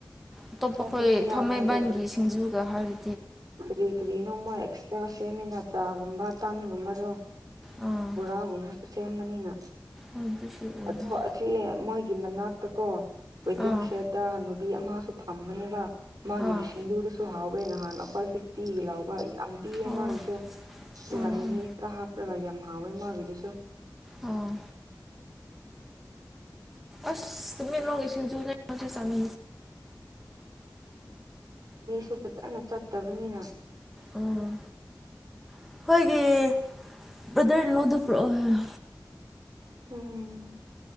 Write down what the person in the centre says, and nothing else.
ꯑꯇꯣꯞꯄ
ꯑꯩꯈꯣꯏ ꯊꯥꯡꯃꯩꯕꯟꯒꯤ
ꯁꯤꯡꯖꯨꯒ ꯍꯥꯏꯔꯗꯤ
ꯑꯥ
ꯑꯗꯨꯁꯨ ꯑꯣꯏ
ꯑꯥ
ꯑꯥ
ꯑꯣ
ꯑꯥ
ꯑꯣ ꯑꯁꯃꯤ ꯂꯣꯡꯒꯤꯦꯁꯤꯡꯖ ꯍꯧ ꯆꯂ
ꯎꯝ ꯑꯩꯈꯣꯏꯒꯤ ꯕ꯭ꯔꯗꯔ ꯏꯟ ꯂꯣꯗꯨ ꯄꯨꯔꯛꯑꯣ